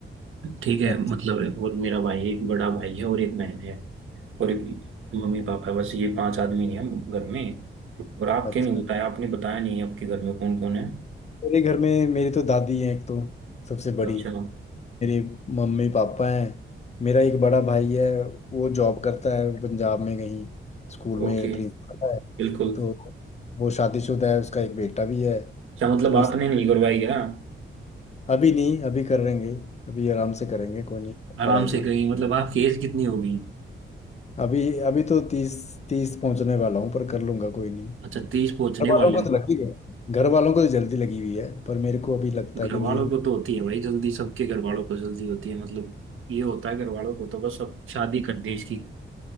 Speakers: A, on the right; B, on the left.
A: ठीक है
B: अच्छा
A: मतलब और मेरा भाई एक बड़ा भाई है और एक बहन है और मम्मी पापा बस ये पांच आदमी हैं हम घर में और आपके
B: अच्छा
A: नहीं बताया आपने बताया नहीं आपके घर में कौन कौन है
B: मेरे घर में मेरी तो दादी है एक तो सबसे बड़ी
A: अच्छा
B: मेरे मम्मी पापा हैं मेरा एक बड़ा भाई है वो जॉब करता है पंजाब में कहीं स्कूल में
A: ओके
B: प्रिंसिपल है
A: बिल्कुल
B: तो वो शादीशुदा है उसका एक बेटा भी है
A: अच्छा मतलब
B: तो
A: आपने
B: इस
A: नहीं करवाई क्या
B: अभी नहीं अभी करेंगे अभी आराम से करेंगे कोई नहीं
A: आराम
B: पड़ा है
A: से
B: अभी
A: कहीं मतलब आपकी एज कितनी होगी
B: अभी अभी तो तीस तीस पहुंचने वाला हूँ पर कर लूंगा कोई नहीं घर
A: अच्छा तीस पहुंचने
B: वालों
A: वाले
B: को
A: हो।
B: तो लगी है घर वालों को तो जल्दी लगी हुई है पर मेरे को अभी लगता
A: घर
B: है कि
A: वालों
B: नहीं
A: को तो होती है भाई जल्दी सबके घर वालों को जल्दी होती है मतलब ये होता है घर वालों को तो बस अब शादी कर दी इसकी